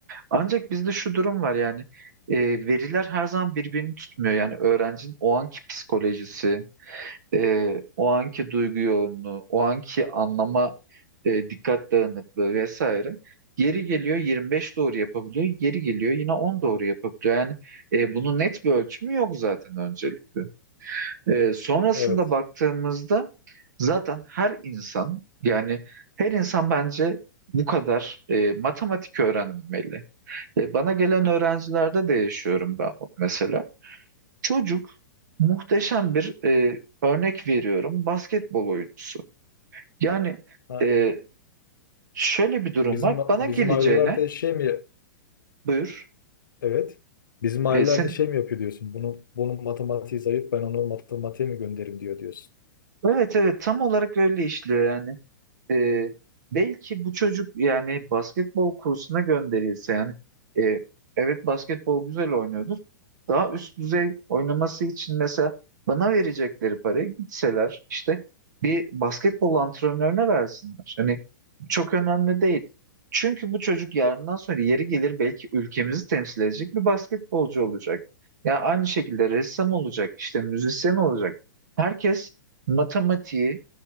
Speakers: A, on the right (about 65°); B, on the left (about 80°).
A: Ancak bizde şu durum var yani e, veriler her zaman birbirini tutmuyor. Yani öğrencinin o anki psikolojisi, e, o anki duygu yoğunluğu, o anki anlama e, dikkat dağınıklığı vesaire. Geri geliyor 25 doğru yapabiliyor, geri geliyor yine 10 doğru yapabiliyor. Yani e, bunun net bir ölçümü yok zaten öncelikle. E, sonrasında
B: evet.
A: baktığımızda zaten her insan yani her insan bence bu kadar e, matematik öğrenmeli. E, bana gelen öğrencilerde de yaşıyorum ben bunu mesela. Çocuk muhteşem bir e, örnek veriyorum basketbol oyuncusu. Yani
B: Ha,
A: e, şöyle bir durum
B: bizim
A: var. Bana
B: bizim
A: geleceğine
B: ailelerde şey mi?
A: buyur.
B: Evet. Bizim ailelerde
A: E, sen
B: şey mi yapıyor diyorsun? Bunun bunun matematiği zayıf. Ben onu matematiğe mi gönderim diyor diyorsun.
A: evet evet tam olarak öyle işliyor yani. e, belki bu çocuk yani basketbol kursuna gönderilse yani e, evet basketbol güzel oynuyordur. Daha üst düzey oynaması için mesela bana verecekleri parayı gitseler işte bir basketbol antrenörüne versinler. Hani çok önemli değil. Çünkü bu çocuk yarından sonra yeri gelir belki ülkemizi temsil edecek bir basketbolcu olacak. Yani aynı şekilde ressam olacak, işte müzisyen olacak. Herkes matematiği,